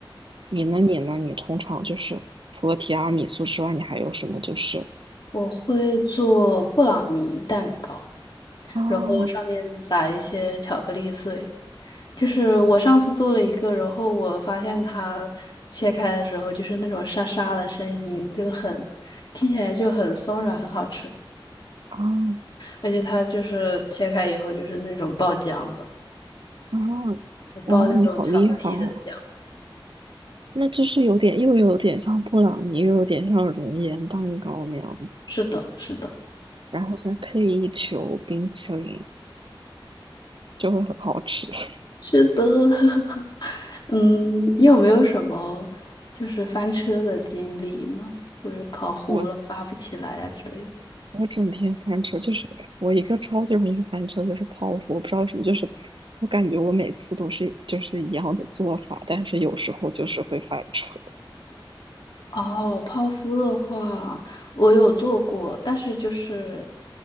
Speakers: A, on the right; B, on the left.
A: 你呢？你呢？你通常就是除了提拉米苏之外，你还有什么就是？
B: 我会做布朗尼蛋糕，
A: 啊
B: 然后上面撒一些巧克力碎。就是我上次做了一个，然后我发现它切开的时候就是那种沙沙的声音，就很听起来就很松软，很好吃。
A: 啊
B: 而且它就是切开以后就是那种爆浆的，
A: 啊！
B: 是爆那种巧克力的浆。
A: 哇，你好厉害啊！那就是有点，又有点像布朗尼，又有点像熔岩蛋糕那样子，
B: 是的，是的，
A: 然后再配一球冰淇淋，就会很好吃。<laughs>
B: 是的。<laughs> 嗯，你有没有什么就是翻车的经历呢？或者是烤糊了发不起来呀、
A: 我
B: 之类的？
A: 我整天翻车，就是我一个超级容易翻车，就是泡芙。我不知道为什么，就是我感觉我每次都是就是一样的做法，但是有时候就是会翻车。
B: 哦，泡芙的话，我有做过，但是就是，